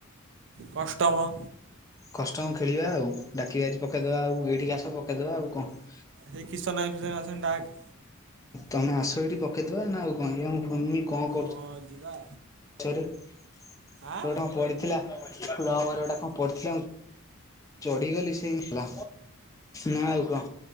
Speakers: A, on the right (about 55°); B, on the left (about 15°).
A: କଷ୍ଟମ।
B: କଷ୍ଟମ ଖେଳିବା ଆଉ ଡାକି ବାଜି ପକେଇଦବା ଆଉ ଏଇଠି ଆସ ପକେଇଦବା ଆଉ କଣ?
A: ହେ କିଶନ ଅଫିସର ଅଛନ୍ତି ଡାକ୍।
B: ତମେ ଆସ ଏଇଠି ପକେଇଦବା ନା ଆଉ କଣ ଇଏ ଆମ ଫୋନ୍ କ
A: ହଁ ଯିବା।
B: ସରି ଶହେ
A: ଆଁ
B: ଟଙ୍କା ପଡିଥିଲା କ୍ଲବଘରେ ଗୋଟା କଣ ପଡିଥିଲା। ପଡିଗଲି ସେ ହେଲା ନା ଆଉ କଣ